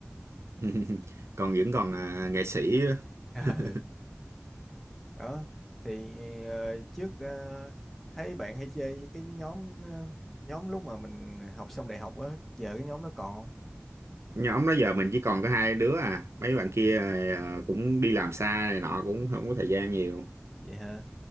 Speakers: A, on the right (about 75°); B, in the centre.
A: <laughs> còn vẫn còn à, nghệ sĩ
B: <laughs>
A: <laughs>
B: ừ, đó thì ờ, trước ờ, thấy bạn hay chơi với cái nhóm ờ, nhóm lúc mà mình học xong đại học á giờ cái nhóm đó còn không?
A: nhóm đó giờ mình chỉ còn có hai đứa à mấy bạn kia à, cũng đi làm xa này nọ cũng không có thời gian nhiều
B: vậy hả